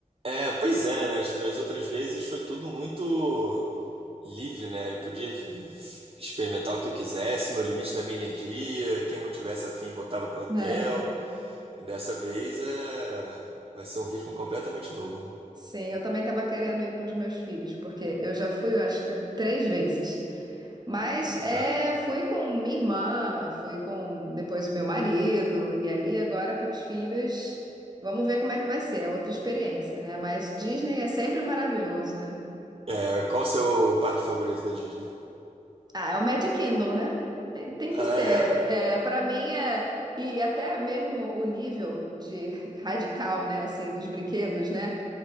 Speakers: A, on the right; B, on the right.
A: É, pois é, né? As as outras vezes foi tudo muito livre, né? Eu podia vi- experimentar o que eu quisesse, no limite da minha energia. Quem não tivesse afim voltava pro hotel.
B: É,
A: Dessa vez é... vai ser um ritmo completamente novo.
B: sim, eu também estava querendo ir com os meus filhos, porque eu já fui, eu acho que três vezes. Mas é,
A: É.
B: fui com minha irmã, fui com depois o meu marido, e aí agora com os filhos, vamos ver como é que vai ser. É outra experiência, né? Mas Disney é sempre maravilhoso, né?
A: É, qual o seu parque favorito da Disney?
B: Ah, é o Mad Kindle, né? Tem, tem
A: Ah,
B: que ser.
A: é?
B: É, para mim é. E até mesmo o nível de <laughs> radical, né? Assim, dos brinquedos, né?